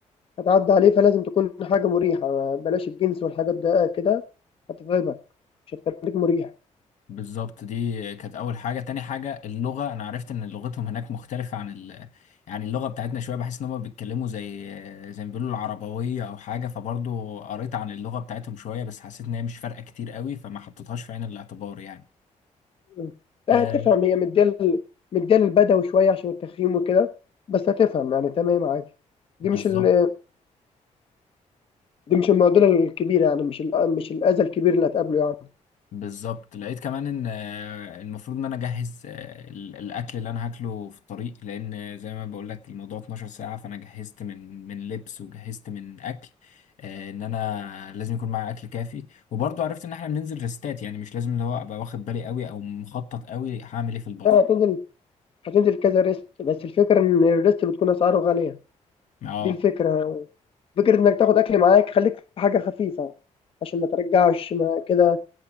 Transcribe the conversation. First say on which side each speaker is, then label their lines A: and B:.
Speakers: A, on the left; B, on the left.
A: هتعدي عليه فلازم تكون حاجة مريحة بلاش الجنس والحاجات ده كده هتتعبك مش هتخليك مريح
B: بالظبط دي كانت اول حاجه تاني حاجه اللغه انا عرفت ان لغتهم هناك مختلفه عن ال... يعني اللغه بتاعتنا شويه بحس ان هم بيتكلموا زي زي ما بيقولوا العربويه او حاجه فبرضو قريت عن اللغه بتاعتهم شويه بس حسيت ان هي مش فارقه كتير قوي فما حطيتهاش في عين الاعتبار يعني
A: م. لا
B: آه
A: هتفهم هي مديال مديال البدوي شوية عشان التخييم وكده بس هتفهم يعني تمام عادي دي
B: بالظبط
A: مش ال- دي مش المعضله الكبيره يعني مش ال- مش الاذى الكبير اللي هتقابله يعني
B: بالظبط لقيت كمان ان آه، المفروض ان انا اجهز آه، ال- الاكل اللي انا هاكله في الطريق لان زي ما بقول لك الموضوع 12 ساعه فانا جهزت من من لبس وجهزت من اكل آه، ان انا لازم يكون معايا اكل كافي وبرضه عرفت ان احنا بننزل ريستات يعني مش لازم اللي هو ابقى واخد بالي قوي او مخطط قوي هعمل ايه في الباص
A: لا هتنزل هتنزل كذا ريست بس الفكره ان الريست بتكون اسعاره غاليه
B: اه
A: دي الفكره فكره انك تاخد اكل معاك خليك في حاجه خفيفه عشان ما ترجعش ما كده